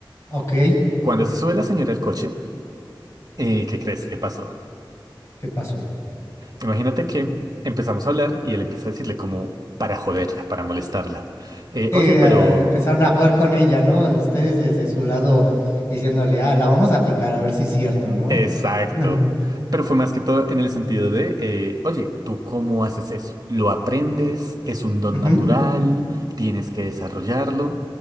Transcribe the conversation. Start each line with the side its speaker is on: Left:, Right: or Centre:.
Left: Ok,
Right: Cuando se sube la señora al coche, eh, ¿qué crees que pasó?
Left: ¿qué pasó?
Right: Imagínate que empezamos a hablar y él empieza a decirle como para joderla, para molestarla. Eh,
Left: eh,
Right: oye, pero...
Left: a- empezaron a jugar con ella, ¿no? Ustedes desde su lado diciéndole, ah, la vamos a picar, a ver si es cierto, ¿no?
Right: Exacto.
Left: <laughs>
Right: Pero fue más que todo en el sentido de, eh, oye, ¿tú cómo haces eso? ¿Lo aprendes? ¿Es un don
Left: Ujú,
Right: natural?
Left: ujú,
Right: ¿Tienes que desarrollarlo?